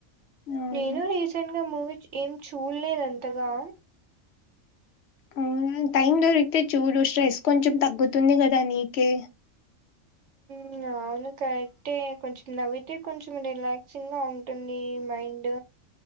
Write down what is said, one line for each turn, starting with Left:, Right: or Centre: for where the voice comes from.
Left: అవును
Right: నేను రీసెంట్గ మూవీ ఏం చూడ్లేదు అంతగా
Left: అవునా టైం దొరికితే చూడు స్ట్రెస్ కొంచం తగ్గుతుంది కదా నీకే
Right: మ్ అవును కరెక్టే కొంచం నవ్వితే కొంచం రిలాక్సింగా ఉంటుంది మైండ్